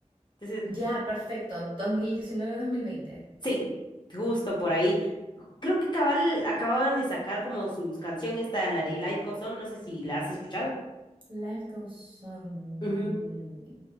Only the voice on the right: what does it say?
Ya, perfecto. 2019-2020.
Life Goes On.